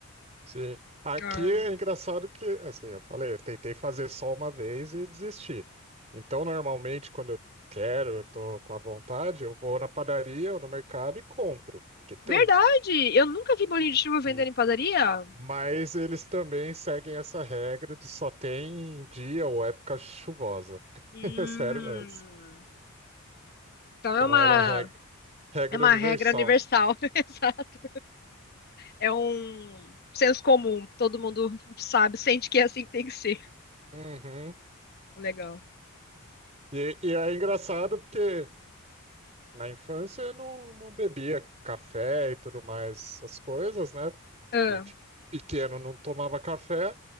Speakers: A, on the right; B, on the left.
A: Sim. Aqui
B: Ah.
A: é engraçado que, assim, eu falei, eu tentei fazer só uma vez e desisti. Então, normalmente, quando eu quero, eu tô com a vontade, eu vou na padaria ou no mercado e compro, que
B: Verdade!
A: tem.
B: Eu nunca vi bolinho de chuva vendendo
A: Hum.
B: em padaria.
A: Mas eles também seguem essa regra de só tem em dia ou época chuvosa. <laughs>
B: Hum,
A: É sério mesmo.
B: então
A: Então
B: é uma
A: é uma reg- regra,
B: É uma
A: universal.
B: regra universal, <laughs> exato. É um senso comum. Todo mundo sabe, sente que é assim que tem que ser.
A: Uhum.
B: Legal.
A: E, e é engraçado porque Na infância eu não, não bebia café e tudo mais, as coisas, né? Porque
B: Ah,
A: tipo, pequeno não tomava café